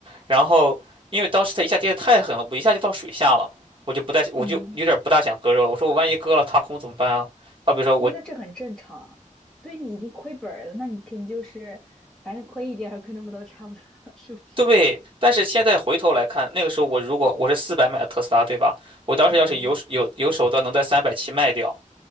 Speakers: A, on the right; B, in the centre.
A: 然后因为当时它一下跌得太狠了，我一下就到水下了，我就不太，我就有点不大想割肉了。
B: 嗯，
A: 我说我万一割了踏空怎么办啊？好比说我
B: 那这很正常啊对你已经亏本儿了，那你肯定就是反正亏一点儿亏那么多差不多，<laughs> 是不是？
A: 对，但是现在回头来看，那个时候我如果我是四百买的特斯拉，对吧？我当时要是有有有手段能在三百七卖掉，
B: 嗯。